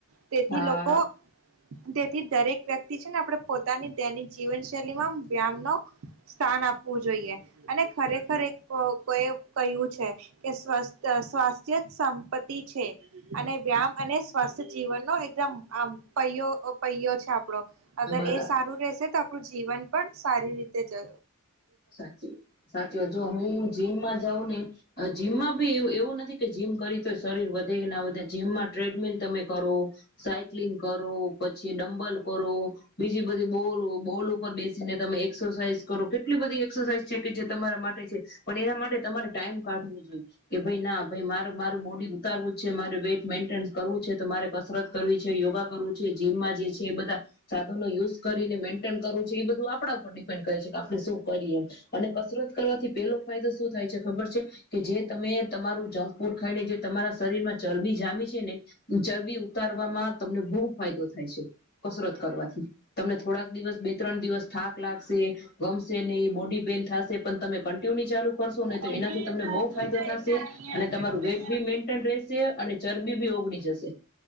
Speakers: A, on the right (about 70°); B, on the left (about 45°).
A: તેથી
B: હા
A: લોકો તેથી દરેક વ્યક્તિ છે ને આપણે પોતાની દૈનિક જીવન શૈલીમાં વ્યામ નો સ્થાન આપવું જોઈએ અને ખરેખર એક કોયે કહ્યું છે કે સ્વસ્થ સ્વાસ્થ્ય સંપત્તિ છે અને વ્યામ અને સ્વસ્થ્ય જીવનનો એકદમ આમ પૈયો <unintelligible> પૈયો છે આપડો અગર
B: બરાબર
A: એ સારું રહશે તો આપણું જી જીવન પણ સારી રીતે જય
B: સાચી સાચી હજુ હું જીમમાં જાઉં ને જીમમાં વ એવું નથી કે જીમ કરી તો શરીર વધે ના વધે જીમમાં ટ્રેડમિલ તમે કરો--. સાયક્લિંગ કરો પછી જે ડમંબલ કરો બીજી બધી બોલ બોલ ઉપર બેસીને તમે એક્સરસાઇઝ કરો કેટ એટલી બધી એક્સરસાઇઝ છે કે જે તમારા માટે છે પણ એના માટે તમારે ટાઈમ કાઢવો જોઈએ કે ભાઈ ના મારે મારું બોડી ઉતારવું છે મારે વેઇટ મેન્ટેન કરવું છે તો મારે કસરત કરવી છે યોગા કરવું છે જીમમાં જે છે એ બધા--. સાધનો યુઝ કરીને મેન્ટેન કરું છ છે એ બધું આપણા ઉપ--. પણ કરી શકાય. આપણે શું કરીએ, અને કસરત કરવાથી પેલો ફાયદો શું થાય છે ખબર છે કે જે તમે તમારું જંક ફૂડ ખાઈને જે તમારા શરીર માં ચરબી જામી છે ને, ઈ ચરબી ઉતારવામાં તમને બહુ ફાયદો થાય છે કસરત કરવાથી. તમને થોડાક દિવસ બે ત્રણ દિવસ થાક લાગશે, ગમશ ગમશે નહી બોડી પેન થશે પણ તમે કન્ટિન્યુ ચાલુ કરશો નહી તો
A: અમે
B: એનાથી તમને
A: ત્યાં
B: બહુ
A: તો
B: ફાયદો
A: જાય
B: થશે
A: એટલે અહીંયા
B: અને તમારું
A: કેટલું
B: વેટ
A: એને
B: ભી મેન્ટેન રહેશે અને ચરબી બી ઓગળી જશે.